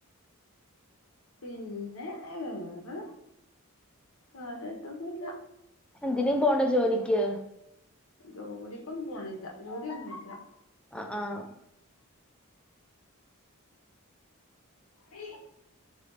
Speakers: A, on the left (about 75°); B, in the centre.
A: പിന്നെ വേറെ കാര്യായിട്ടൊന്നുല്ല
B: എന്തിനേം പോവ്ണ്ടോ ജോലിക്ക്
A: ജോലിക്കൊന്നും പോണില്ല ജോലിയൊന്നും ഇല്ല
B: ആഹ് ആഹ്
A: ഉ